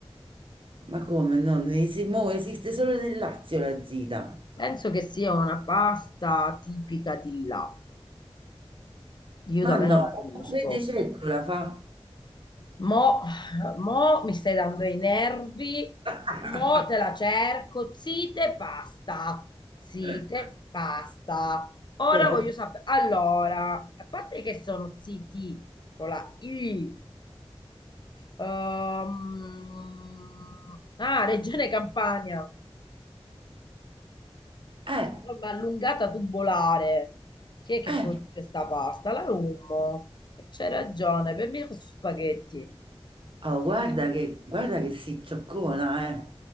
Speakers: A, on the right; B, on the left.
A: ma come no? Non esi- mo esiste solo nel Lazio la zita.
B: Penso che sia una pasta tipica di là. Io
A: Ma
B: da me
A: no,
B: non la conosco.
A: la Fede Cecco la fa.
B: Mo, mo mi stai dando i nervi,
A: <laughs>
B: mo te la cerco, zite, pasta, zite,
A: Te
B: pasta. Ora
A: la-
B: voglio sapere, allora, a parte che sono ziti con la I, ehm, ah, Regione Campania,
A: Eh,
B: forma allungata tubolare, chi è che
A: eh,
B: produce sta pasta? La Rummo, e c'è ragione, per me sono spaghetti.
A: oh, guarda che, guarda che si zoccona, eh.